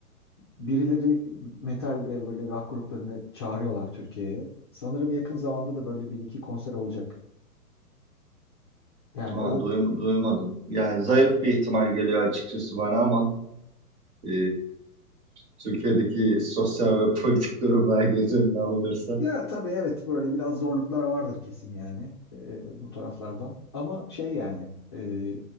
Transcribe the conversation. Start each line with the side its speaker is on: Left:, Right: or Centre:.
Left: birileri metal ve böyle rock gruplarını çağırıyorlar Türkiye'ye. Sanırım yakın zamanda da böyle bir iki konser olacak. Yani
Right: Ha,
Left: o
Right: duyum- duymadım. Yani zayıf bir ihtimal geliyor açıkçası bana ama. e, Türkiye'deki sosyal ve politik durumlar göz önüne alınırsa.
Left: Ya tabii evet böyle biraz zorluklar vardır kesin yani e, bu taraflardan. Ama şey yani e,